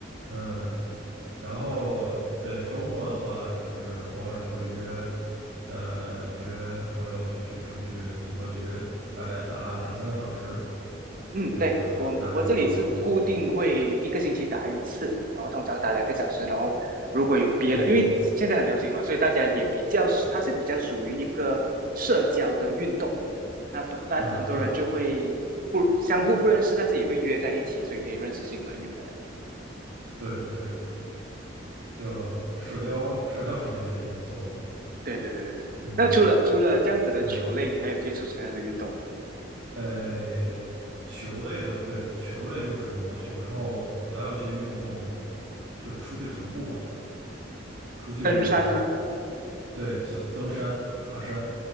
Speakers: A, on the right; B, on the right.
A: 嗯。然后对周末的话，就是偶尔就会约，呃，约朋友就去出去组个局，大概打两三个小时，
B: 嗯，
A: 对，
B: 对，
A: 就大概就差不多了。
B: 我我这里是固定会一个星期打一次，然后通常打两个小时，然后如果有别的，
A: 嗯，
B: 因为现在很流行嘛，所以大家也比较，它是比较属于一个社交的运动。那大很多人就会不相互不认识，
A: 呃，对
B: 但是也会约在一起，所以可以认识新朋友那样。
A: 对对，这个社交社交属性也挺不错的。
B: 对对对对对。
A: 嗯，
B: 那除了除了这样子的球类，
A: 呃
B: 你还有接触什么样的运动吗？
A: 呃，球类的，对，球类就是羽毛球，然后还有一些运动，就是出去徒步吧，出去，
B: 登山吗？
A: 对，算登山、爬山。